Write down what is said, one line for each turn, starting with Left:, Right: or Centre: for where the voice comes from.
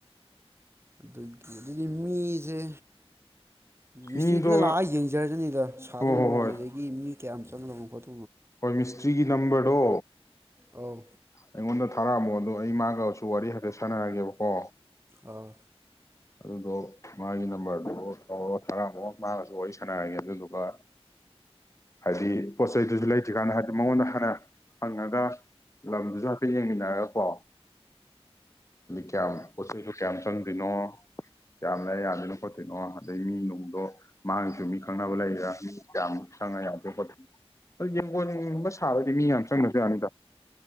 Right: ꯑꯗꯨꯒꯤ ꯑꯗꯨꯗꯤ ꯃꯤꯁꯦ ꯃꯤꯁꯇ꯭ꯔꯤꯗꯨꯅ
Left: ꯃꯤꯗꯣ
Right: ꯂꯥꯛꯑꯒ ꯌꯦꯡꯖ ꯖꯔꯅꯤꯗ ꯁꯥꯗ
Left: ꯍꯣ ꯍꯣ
Right: ꯃꯑꯣꯡ
Left: ꯍꯣꯏ
Right: ꯑꯗꯨꯗꯒꯤ ꯃꯤ ꯀꯌꯥꯝ ꯆꯪꯒꯗꯧꯅꯣ ꯈꯣꯠꯇꯧ
Left: ꯍꯣꯏ ꯃꯤꯁꯇ꯭ꯔꯤꯒꯤ ꯅꯝꯕꯔꯗꯣ
Right: ꯑꯧ
Left: ꯑꯩꯉꯣꯟꯗ ꯊꯥꯔꯛꯑꯝꯃꯣ ꯑꯗꯣ ꯑꯩ ꯃꯥꯒꯁꯨ ꯋꯥꯔꯤ ꯍꯥꯏꯐꯦꯠ ꯁꯥꯟꯅꯔꯒꯦꯕꯀꯣ
Right: ꯑꯥ
Left: ꯑꯗꯨꯗꯣ ꯃꯥꯒꯤ ꯅꯝꯕꯔꯗꯨ ꯇꯧꯔꯣ ꯊꯔꯛꯑꯝꯃꯣ ꯃꯥꯒꯁꯨ ꯋꯥꯔꯤ ꯁꯥꯟꯅꯔꯒꯦ ꯑꯗꯨꯗꯨꯒ ꯍꯥꯏꯗꯤ ꯄꯣꯠ ꯆꯩꯗꯨꯁꯨ ꯂꯩꯇ꯭ꯔꯤꯀꯥꯟꯗ ꯍꯥꯏꯗꯤ ꯃꯉꯣꯟꯗ ꯍꯥꯟꯅ ꯍꯪꯉꯒ ꯂꯝꯗꯨꯁꯨ ꯍꯥꯏꯐꯦꯠ ꯌꯦꯡꯃꯤꯟꯅꯔꯒꯀꯣ ꯀꯌꯥꯝ ꯄꯣꯠ ꯆꯩꯁꯨ ꯀꯌꯥꯝ ꯆꯪꯗꯣꯏꯅꯣ ꯀꯌꯥꯝꯅ ꯂꯩꯔ ꯌꯥꯗꯣꯏꯅꯣ ꯈꯣꯠꯇꯣꯏꯅꯣ ꯑꯗꯩ ꯃꯤ ꯅꯨꯡꯗꯣ ꯃꯥꯡꯉꯁꯨ ꯃꯤ ꯈꯪꯅꯕ ꯂꯩꯔꯥ ꯃꯤ ꯀꯌꯥꯝꯃꯛꯪꯉ ꯌꯥꯗꯣꯏ ꯈꯣꯠꯇꯣꯏꯅꯣ ꯑꯗꯨ ꯌꯦꯡꯒꯣꯟꯒꯨꯝꯕ ꯁꯥꯕꯗꯤ ꯃꯤ ꯌꯥꯝ ꯆꯪꯗꯁꯨ ꯌꯥꯅꯤꯗ